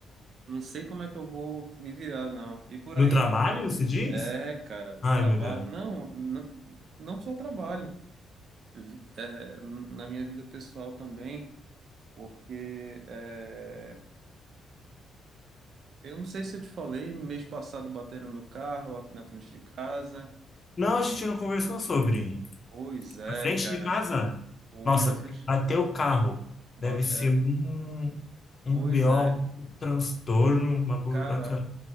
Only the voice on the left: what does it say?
No
trabalho, você diz?
Ai,
meu Deus.
Não,
a gente não conversou sobre.
Na frente
de casa?
Nossa,
até o carro.
Deve ser
um, um
BO,
um transtorno, uma burocracia.